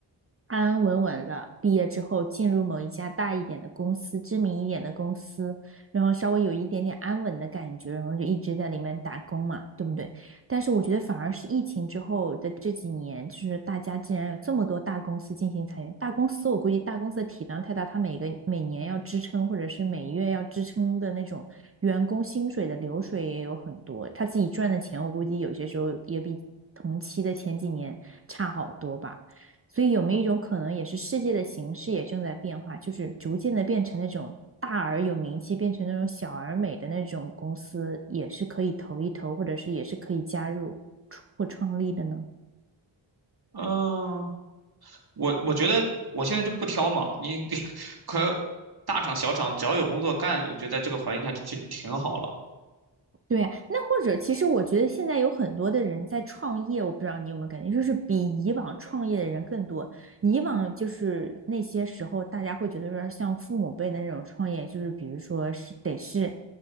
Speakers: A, on the right (about 30°); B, on the right (about 50°).
A: 安安稳稳了，毕业之后进入某一家大一点的公司，知名一点的公司，然后稍微有一点点安稳的感觉，然后就一直在里面打工嘛，对不对？但是我觉得反而是疫情之后的这几年，就是大家竟然有这么多大公司进行裁员，大公司我估计大公司的体量太大，它每个每年要支撑或者是每月要支撑的那种员工薪水的流水也有很多，他自己赚的钱我估计有些时候也比同期的前几年差好多吧。所以有没有一种可能，也是世界的形势也正在变化，就是逐渐的变成那种大而有名气，变成那种小而美的那种公司，也是可以投一投，或者是也是可以加入或创立的呢？
B: 嗯，我我觉得我现在就不挑嘛，你给 <laughs> 可大厂小厂只要有工作干，我觉得在这个环境下就就挺好了。
A: 对呀，那或者其实我觉得现在有很多的人在创业，我不知道你有没有感觉，就是比以往创业的人更多。以往就是那些时候，大家会觉得说，像父母辈的那种创业，就是比如说是得是